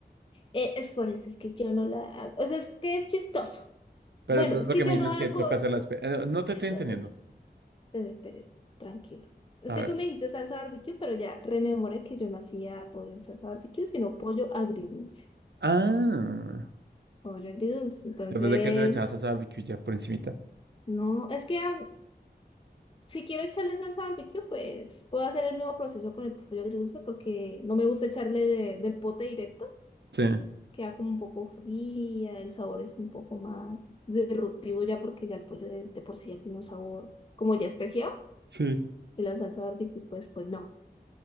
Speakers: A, on the left; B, on the right.
A: eh, es por eso, es que yo no la hago. O sea, es que es chistoso.
B: Pero
A: Bueno,
B: entonces
A: es
B: lo
A: que
B: que
A: yo
B: me dices
A: no hago.
B: es que toca hacerla. espe- eh, No te estoy entendiendo.
A: Bebé, espere, tranquilo. Es
B: A
A: que
B: ver.
A: tú me dijiste salsa barbecue, pero ya rememoré que yo no hacía pollo en salsa barbecue, sino pollo agridulce.
B: Ah,
A: Pollo agridulce. Entonces,
B: después de que se le echaba salsa barbecue ya por encimita.
A: no, es que ah, Si quiero echarle salsa barbecue, pues puedo hacer el mismo proceso con el pollo agridulce porque no me gusta echarle de- del pote directo.
B: Sí,
A: Queda como un poco fría, el sabor es un poco más disruptivo ya porque ya el pollo de, de por sí ya tiene un sabor como ya especial.
B: sí.
A: Y la salsa barbecue, pues, pues no.